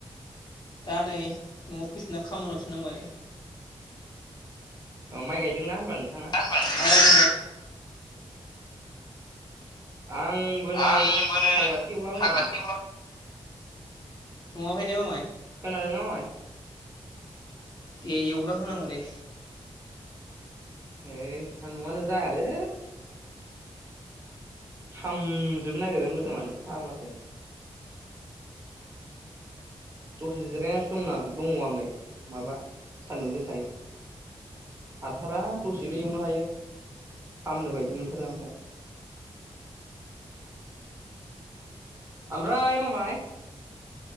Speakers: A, on the left; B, on the right.
A: दा नै न'आव फैफिननानै खामानियवसो नांबाय
B: अ माइ गायदोंना होनबा नोंथाङा?
A: नङा होनबा अ
B: आंबो नै
A: आंबो नै
B: हाग्रासो एवलाबायदोंमोन।
A: हाग्रासो नआवहाय ने माबाय?
B: खोनादों ना मामाय?
A: दे एवला होनांगौ दे।
B: ओइ सान्दुंआनो जायालै खामजोबनो नागिरो मोदोमानो फाग्लासो। दसे जिरायनासो दंना दङ आं नै माबा सान्दुं गोसानि हाथारा दसेल एवनो हायो फामनो बायदि मोनथारो आमफ्रा ओमफ्राय मामाय